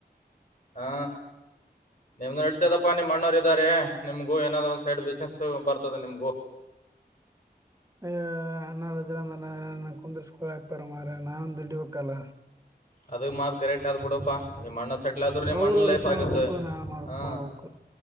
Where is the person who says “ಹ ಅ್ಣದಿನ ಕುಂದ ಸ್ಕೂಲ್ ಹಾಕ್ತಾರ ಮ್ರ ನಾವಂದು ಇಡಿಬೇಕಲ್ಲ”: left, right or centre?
Right